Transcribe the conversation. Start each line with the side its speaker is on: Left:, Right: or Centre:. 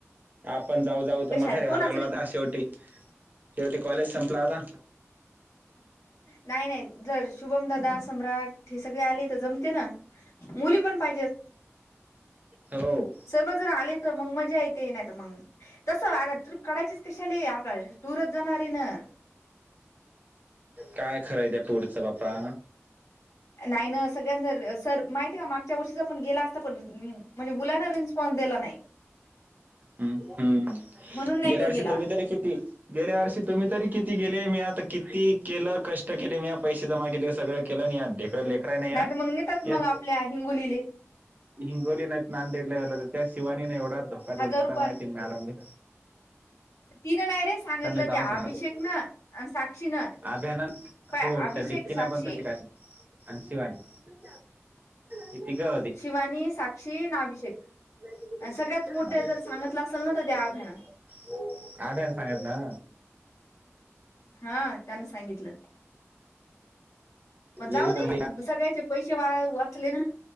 Right: आपण जाऊ जाऊ तर
Left: कशा
Right: म्हातारे व्हायला
Left: कोण
Right: लागलो
Left: आज
Right: आता
Left: र
Right: शेवटी शेवटी कॉलेज संपला आता
Left: नाही नाही जर शुभमदादा, सम्राट हे सगळे आले तर जमते ना मुली पण पाहिजेत
Right: हो
Left: सर्व जण आले तर मग मजा य ते नाही मग तस आता ट्र्रीप काढायचीच कशी आली आप टुरच जाणार आहे ना.
Right: काय खरंय त्या टूरच बा्पा.
Left: नाही ना सगळ्यां जर सर माहितीय का मागच्या वर्षीचा आपण गेला असता पण म्हणजे मुलांना रिस्पॉन्स दिला नाही.
Right: हम् हम्
Left: म्हणून नाही
Right: गेल्या
Left: तो
Right: वर्षी
Left: गेला
Right: तुम्ही तर किती गेल्यावर्षी तुम्ही तरी किती गेले मी आता किती केलं कष्ट केले मी पैसे जमा केले सगळं केलं आणि आत दे लेकरराय नाही
Left: तर मग नेतात मग
Right: या
Left: आपल्या हिंगोलीले
Right: हिंगोली नाय ना दडले गला त्या शवानी ना नाही एवढाो <unintelligible>
Left: हजार रुपया
Right: माहिती मॅडम भी
Left: तिनं नाही रे सांगितलं
Right: जाऊन
Left: ते
Right: सांगणार
Left: अभिषेक न आणि साक्षी न
Right: अभ्यान
Left: पय
Right: हो
Left: अभिषेक,
Right: त्या डिक्कीना
Left: साक्षी
Right: पण तशी काय आणि शिवानी ती का
Left: शिवानी, साक्षी न अभिषेक.
Right: <inaudible> <unintelligible>
Left: आणि सगळ्यात मोठे जर सांगितलं असेल ना तर त्या अभ्यानं
Right: सांगत ना
Left: हा त्यान सांगितलं.
Right: नाही
Left: म जाऊ
Right: एरी
Left: दे
Right: पण
Left: सगळ्याचे पैसे वा वाचले ना.